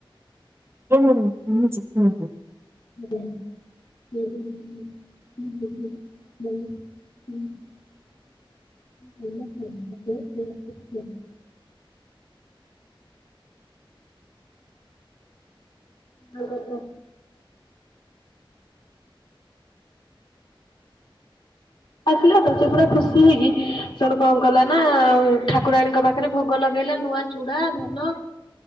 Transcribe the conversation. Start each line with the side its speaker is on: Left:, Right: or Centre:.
Right: ହଁ ହୁଁ ହୁଁ ହୁଁ।
Left: ଆ ହ ହଁ। <unintelligible> ଆଗତ ଆସିଲା ତ ସେ ପୁରା ଖୁସି ହେଇକି ଶୁଣୁ କଣ କଲା ନା ଠାକୁରାଣୀଙ୍କ ପାଖରେ ଭୋଗ ଲଗେଇ ନୂଆ ଚୁଡା ଧାନ